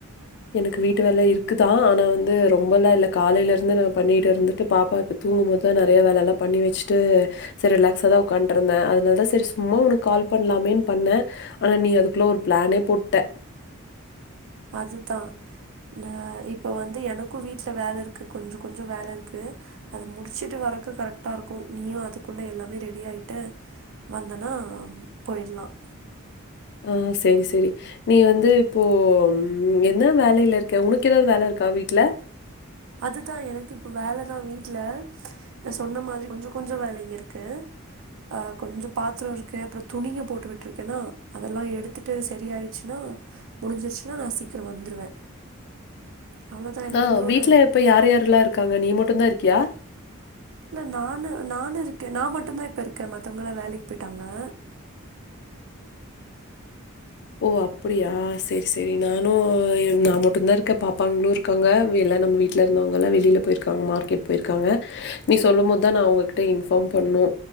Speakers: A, on the left (about 55°); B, on the right (about 65°).
A: எனக்கு வீட்டு வேலை இருக்குதான் ஆனா வந்து ரொம்பலாம் இல்ல காலையில இருந்து நான் பண்ணிட்டு இருந்துட்டு பாப்பா இப்ப தூங்கும் போதுதான் நிறைய வேலை எல்லாம் பண்ணி வச்சுட்டு சரி ரிலாக்ஸ் தான் உட்காண்ட் இருந்தேன் அதனாலதான் சரி சும்மா உனக்கு கால் பண்ணலாமேன்னு பண்ணேன் ஆனா நீ அதுக்குள்ள ஒரு பிளானே போட்ட
B: அதுதான் அஹ் இப்ப வந்து எனக்கும் வீட்டுல வேலை இருக்கு கொஞ்சம் கொஞ்சம் வேலை இருக்கு அத முடிச்சுட்டு வரதுக்கு கரெக்டா இருக்கும் நீயும் அதுக்குள்ள எல்லாமே ரெடி ஆயிட்டு வந்தனா போயிடலாம்
A: ஆஹ் சரி சரி நீ வந்து இப்போ என்ன வேலையில இருக்க உனக்கு ஏதாவது வேலை இருக்கா வீட்டு்ல
B: அதுதான் எனக்கு இப்ப வேலைதான் வீட்டுல நான் சொன்ன மாதிரி கொஞ்ச கொஞ்ச வேலைங்க இருக்கு ஆஹ் கொஞ்சம் பாத்திரம் இருக்கு அப்றம் துணிங்க போட்டு விட்ருக்கேன்னா அதெல்லாம் எடுத்துட்டு சரி ஆயிடுச்சுன்னா முடிஞ்சிருச்சுன்னா நான் சீக்கிரம் வந்துருவேன் அவ்வளோதான் எனக்கு
A: ஆ
B: இன்னொரு
A: வீட்ல யார் யாரெல்லாம் இருக்காங்க நீ மட்டும்்தான் இருக்கியா
B: இல்ல நானு நானு இருக்கேன் நான் மட்டுதான் இப்ப இருக்கேன் மத்தவங்களா வேலைக்கு போயிட்டாங்க
A: ஓ அப்படியா சரி சரி நானும் நான் மட்டும்தான் இருக்க பாப்பாங்களும் இருக்காங்க எல்லாம் நம்ம வீட்டுல இருந்தவங்க எல்லாம் வெளியில போயிருக்காங்க மார்க்கெட் போயிருக்காங்க நீ சொல்லும் போதுதான் நான் அவ்ங்ககிட்ட இன்ஃபார்ம் பண்ணும்